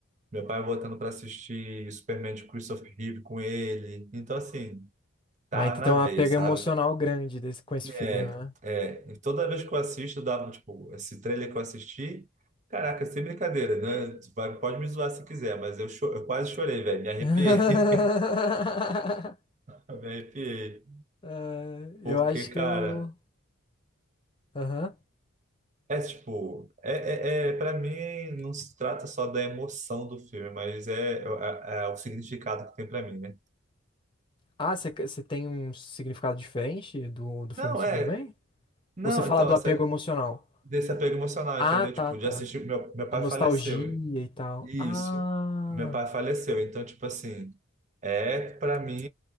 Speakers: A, on the right; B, on the left.
A: Meu pai botando para assistir Superman de Christopher Reeve com ele. Então, assim, tá
B: Ah, então
A: na
B: tem uma
A: veia,
B: pega
A: sabe?
B: emocional grande desse, com esse filme,
A: É,
B: né?
A: é. E toda vez que eu assisto, eu dava, tipo, esse trailer que eu assisti. Caraca, sem brincadeira, né? Tu vai- Pode me zoar se quiser, mas eu, cho- eu quase chorei, velho. Me arrepiei.
B: <laughs>
A: <laughs> Me arrepiei.
B: Ah, eu
A: Porque,
B: acho que
A: cara.
B: eu. Aham.
A: É tipo, é, é, é para mim não se trata só da emoção do filme, mas é, é- é é o significado que tem pra mim, né?
B: Ah, você você tem um significado diferente do, do filme
A: Não,
B: do Superman?
A: é, não,
B: Ou você fala
A: então
B: do
A: essa
B: apego emocional?
A: desse apego emocional,
B: Ah,
A: entendeu?
B: tá,
A: Tipo,
B: tá.
A: de assistir meu meu pai
B: A nostalgia
A: faleceu.
B: e tal.
A: Isso.
B: Ah,
A: Meu pai faleceu, então tipo assim, é pra mim